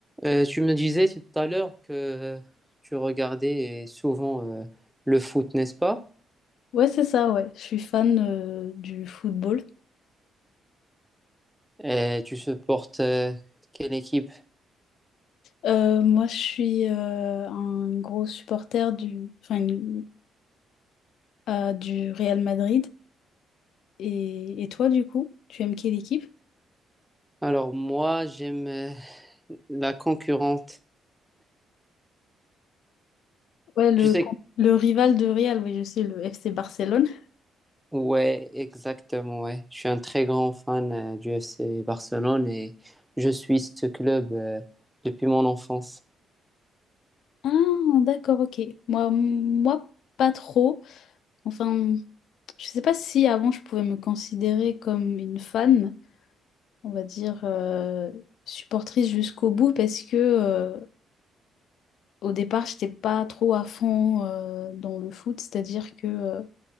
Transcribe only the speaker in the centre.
Euh, tu me disais tout à l'heure que euh, tu regardais euh, souvent euh, le foot, n'est-ce pas?
Et tu supportes euh, quelle équipe?
Alors moi, j'aime euh, la concurrente.
Tu sais,
ouais, exactement, ouais. Je suis un très grand fan euh, du FC Barcelone et je suis ce club euh, depuis mon enfance.